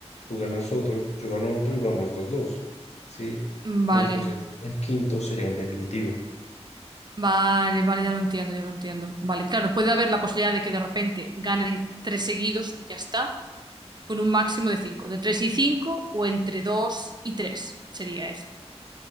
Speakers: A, on the left (about 75°); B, on the right (about 40°).
A: tú ganas otro, yo gano otro y vamos dos, dos, ¿sí?
B: vale.
A: Entonces, el quinto sería el definitivo.
B: Vale, vale, ya lo entiendo, ya lo entiendo. Vale, claro, puede haber la posibilidad de que de repente ganen tres seguidos y ya está, con un máximo de cinco, de tres y cinco o entre dos y tres sería esto.